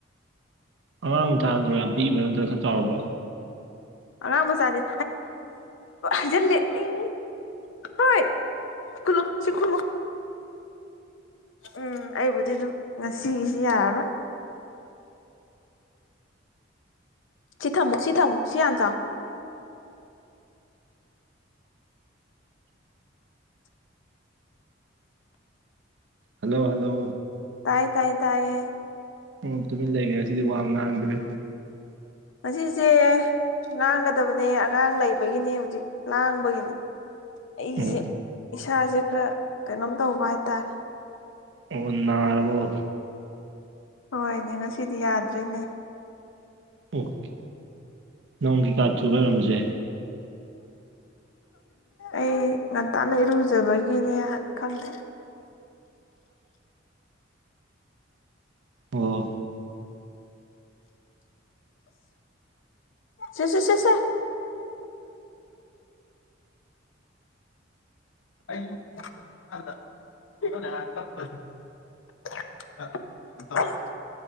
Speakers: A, on the right; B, on the left.
A: ꯑꯉꯥꯡꯕꯨ ꯊꯥ ꯅꯠꯇ꯭ꯔꯣ ꯌꯥꯝ ꯄꯤꯛꯕ꯭ꯔ ꯅꯠꯇ꯭ꯔꯒ ꯈꯔ ꯆꯥꯎꯔꯕ
B: ꯑꯉꯥꯡ ꯃꯆꯥꯅꯤ ꯍꯩꯖꯤꯜꯂꯦ ꯑꯩ ꯍꯣꯏꯂ ꯁꯈꯂ ꯎꯝ ꯑꯩꯕꯨꯗꯤ ꯑꯗꯨꯝ ꯉꯁꯤꯒꯤꯁꯤ ꯌꯥꯔꯔꯣꯏ ꯁꯤ ꯊꯝꯃꯣ ꯁꯤ ꯊꯝꯃꯣ ꯁꯤ ꯍꯟꯆꯥꯥ
A: ꯍꯜꯂꯣ ꯍꯜꯂꯣ
B: ꯇꯥꯏꯌꯦ ꯇꯥꯏ ꯇꯥꯏꯌꯦ
A: ꯑꯣ ꯇꯨꯃꯤꯟ ꯂꯩꯒꯅꯦ ꯁꯤꯗꯤ ꯋꯥꯡ ꯉꯥꯡꯗꯣꯏ
B: ꯑꯁꯤꯁꯦ ꯉꯥꯡꯒꯗꯕꯅꯦ ꯑꯉꯥꯡ ꯂꯩꯕꯒꯤꯅꯤ ꯍꯧꯖꯤꯛ ꯂꯥꯡꯕꯒꯤꯅꯤ ꯑꯩꯁꯦ
A: ꯑꯣ
B: ꯏꯁꯥꯁꯦ ꯈꯔ ꯀꯩꯅꯣꯝ ꯇꯧꯕ ꯍꯥꯏꯇꯥꯔꯦ
A: ꯑꯣꯟꯅꯥꯔꯔꯕꯥꯎ
B: ꯍꯣꯏꯅꯦ ꯉꯁꯤꯗꯤ ꯌꯥꯗ꯭ꯔꯦꯅꯦ
A: ꯑꯣꯀꯦ ꯅꯣꯡ ꯀꯩꯀꯥ ꯆꯨꯕ ꯂꯩꯔꯝꯝꯕꯁꯦ
B: ꯑꯩ ꯉꯟꯇꯥꯅ ꯏꯔꯨꯖꯕꯒꯤꯅꯦ ꯈꯪꯗꯦ
A: ꯑꯣ
B: ꯁꯦꯁꯦ ꯁꯦꯁꯦ <unintelligible> <inaudible>